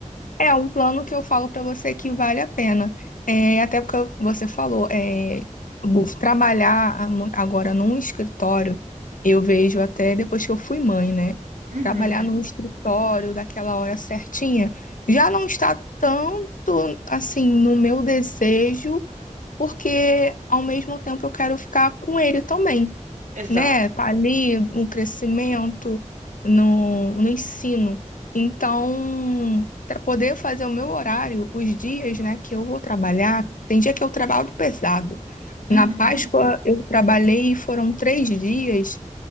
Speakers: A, on the left; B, on the right.
A: é um plano que eu falo para você que vale a pena. É, até porque você falou, é, bu- trabalhar a- mu- agora num escritório, eu vejo até depois que eu fui mãe, né?
B: Uhum,
A: Trabalhar num escritório daquela hora certinha já não está tanto assim no meu desejo, porque ao mesmo tempo eu quero ficar com ele também.
B: exato.
A: né? Tá ali no crescimento, no, no ensino. Então, para poder fazer o meu horário, os dias, né, que eu vou trabalhar, tem dia que eu trabalho pesado.
B: Uhum,
A: Na Páscoa eu trabalhei foram três dias,